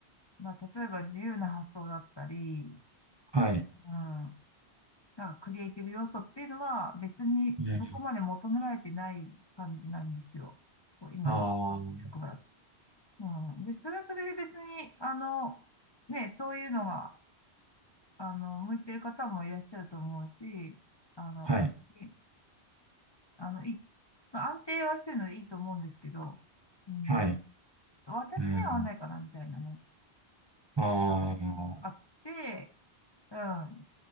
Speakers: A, on the left; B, on the right.
A: まあ、例えば自由な発想だったり、
B: はい。
A: うん。なんかクリエイティブ要素っていうのは別にそこまで求められてない感じなんですよ。
B: うん。
A: こう今の職場だと。
B: ああ、
A: うん。で、それはそれで別に、あの、ね、そういうのが、あの、向いてる方もいらっしゃると思うし、あの、
B: はい。
A: 別に、あの、いい、まあ、安定はしてるのでいいと思うんですけど、うん。
B: はい。
A: ちょっと私には合わないかな、
B: うん。
A: みたいなね。
B: ああ、
A: あって、うん。っ